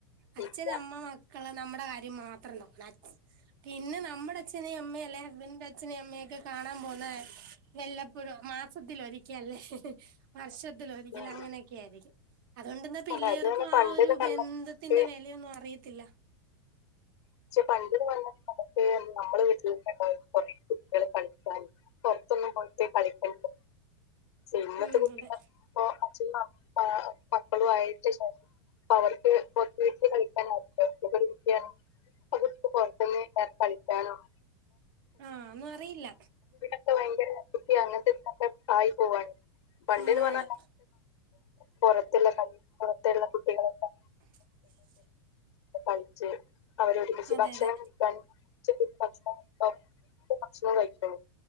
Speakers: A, on the right; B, on the left.
A: അച്ഛനും
B: ഇല്ല
A: അമ്മ മക്കള് നമ്മുടെ കാര്യം മാത്രം നോക്കണം അ പിന്നെ നമ്മുടെ അച്ഛനേ അമ്മേ അല്ലെ ഹസ്ബൻഡന്റെ അച്ഛനേ അമ്മയൊക്കെ കാണാൻ പോന്നേ വല്ലപ്പോഴും ആ മാസത്തിലൊരിക്കല്ലേ വർഷത്തിലൊരിക്കല്
B: ഉം.
A: അങ്ങനെയൊക്കെ ആയിരിക്കും അതുകൊണ്ടന്ന പിള്ളേർക്കും
B: അതായത് തന്നെ പണ്ടിത്
A: ആഹ് ഒരു
B: നമുക്ക്
A: ബന്ധത്തിന്റെ വിലയൊന്നും അറിയത്തില്ല
B: പക്ഷെ പണ്ടില് വന്നിട്ട നമക്ക് നമ്മുടെ വീട്ടില കുറെ കുട്ടികള് കളിക്കാൻ പുറത്തൊന്നും പോയിട്ട് കളിക്കില്ല ഇന്നത്തെ
A: ഉം
B: കുട്ടികള
A: അതെ
B: ഇപ്പ <unintelligible> മക്കളും ആയിട്ട് ശേഷം അപ്പ അവർക്ക് പത്ത് വീട്ടിൽ കഴിക്കാനാരുല്ല <unintelligible> പുറത്തുന്ന് <inaudible> കഴിക്കാനും
A: ആഹ് ഒന്നും അറിയില്ല
B: ക്കെ ഭയങ്കര കുട്ടി അങ്ങനത്തെ ഇക്കെ കായി പോവാണ് വണ്ടീന്ന്
A: ആണാണ്
B: പറഞ്ഞാ പുറത്തുള്ള ക പുറത്തുള്ള കുട്ടികളൊക്കെ
A: <unintelligible>
B: കളിച്ച് അവരൊരുമിച്ച്
A: അതെ
B: ഭക്ഷണം
A: അതെ
B: കാൻ <inaudible> ഭക്ഷണം കഴിക്കുള്ളൂ